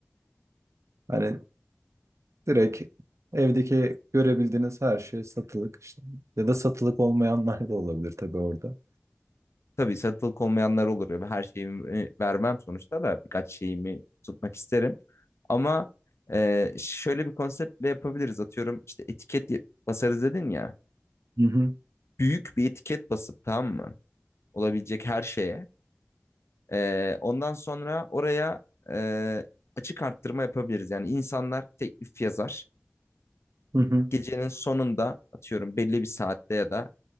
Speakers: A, on the right (about 80°); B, on the left (about 65°).
A: Hani direkt evdeki görebildiğiniz her şey satılık işte. Ya da satılık olmayanlar da olabilir tabii orada.
B: Tabii satılık olmayanlar olur ya. Her şeyimi e, vermem sonuçta da birkaç şeyimi tutmak isterim. Ama e, şöyle bir konseptle yapabiliriz. Atıyorum işte etiket basarız dedin ya.
A: Hı hı,
B: Büyük bir etiket basıp tamam mı? Olabilecek her şeye. E, ondan sonra oraya e, açık arttırma yapabiliriz. Yani insanlar teklif yazar.
A: hı hı.
B: Gecenin sonunda atıyorum belli bir saatte ya da